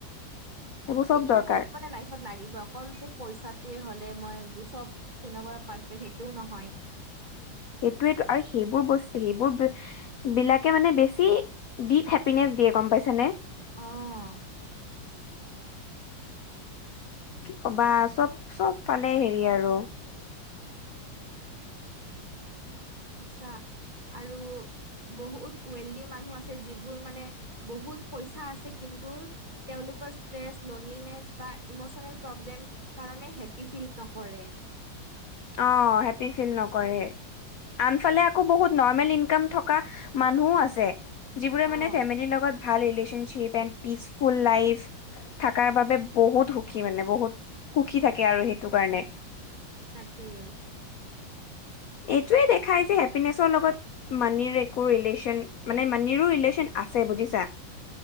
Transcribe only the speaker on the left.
সেইবোৰ চব
দৰকাৰ
<unintelligible> সেইটোৱেটো আৰু সেইবোৰ বস্তু সেইবোৰ বিলাকে মানে বেছি দ্বীপ হেপপিনেছ দিয়ে গম পাইছে নে
কি কবা চব চব ফালে হেৰি আৰু
অহ, হেপ্পী ফিল নকৰে আনফালে আকৌ বহুত নৰ্মেল ইনকাম থকা মানুহো আছে যিবোৰে মানে
ফেমিলিৰ লগত ভাল ৰিলেশনশ্বিপ এণ্ড পিচফুল লাইফ থাকাৰ বাবে বহুত সুখী মানে বহুত সুখী থাকে আৰু সেইটো কাৰণে
এইটোৱে দেখাই যে হেপ্পীনেচৰ লগত মানিৰ একো ৰিলেশ্বন- মানে মানিৰো ৰিলেশ্বন আছে বুজিছা